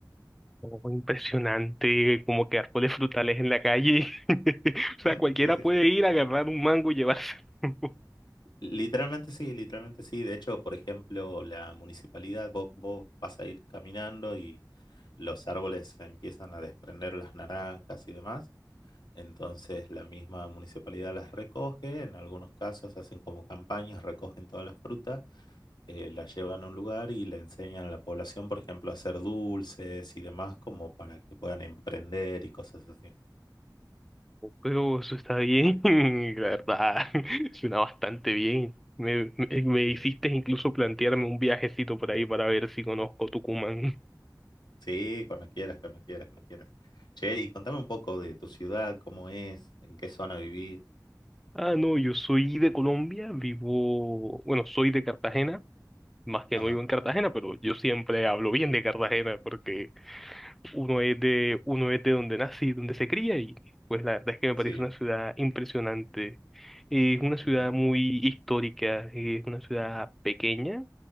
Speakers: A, in the centre; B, on the left.
A: Oh, impresionante, como que árboles frutales en la calle. <laughs>
B: Ujú,
A: O sea, cualquiera
B: Sí, sí,
A: puede
B: sí.
A: ir a agarrar un mango y llevárselo. <laughs>
B: Literalmente sí, literalmente sí. De hecho, por ejemplo, la municipalidad, vos, vos vas a ir caminando y los árboles empiezan a desprender las naranjas y demás. Entonces la misma municipalidad las recoge, en algunos casos hacen como campañas, recogen toda la fruta, eh, la llevan a un lugar y le enseñan a la población, por ejemplo, a hacer dulces y demás, como para que puedan emprender y cosas así.
A: Pero eso está bien, <laughs> la verdad, <laughs> suena bastante bien. Me, me, me
B: Sí,
A: hiciste incluso plantearme un viajecito por ahí para ver si conozco Tucumán. <laughs>
B: sí, cuando quieras, cuando quieras, cuando quieras. Che, y contame un poco de tu ciudad, cómo es, en qué zona vivís.
A: Ah, no, yo soy de Colombia, vivo, bueno, soy de Cartagena, más que
B: Ajá,
A: no vivo en Cartagena, pero yo siempre hablo bien de Cartagena porque uno es de, uno es de donde nace y donde se cría y pues la verdad es que me parece
B: sí.
A: una ciudad impresionante. Es una ciudad
B: ujú,
A: muy histórica, es una ciudad pequeña